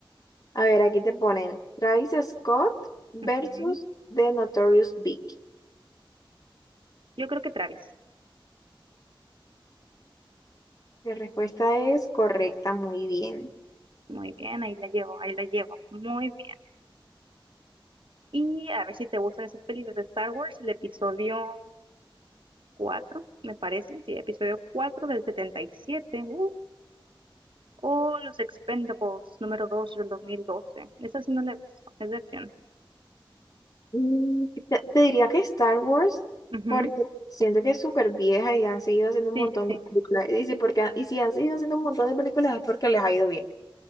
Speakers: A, on the left; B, on the right.
A: A ver, aquí te ponen Travis Scott versus
B: Ujú.
A: The Notorious Big.
B: Yo creo que Travis.
A: La respuesta es correcta, muy bien.
B: Muy bien, ahí la llevo, ahí la llevo. Muy bien. Y a ver si te gustan esas películas de Star Wars, el episodio 4 me parece, sí, episodio 4 del 77, uh, o Los Expendables número 2 del dos mil doce Esa sí no la he visto, es de acción.
A: Mm, Te, te diría que Star Wars,
B: Ujú,
A: porque siento que es súper vieja y han seguido haciendo un
B: Sí,
A: montón
B: sí, sí,
A: de películas. Y si, porque, y si han seguido haciendo un montón de películas es porque les ha ido bien.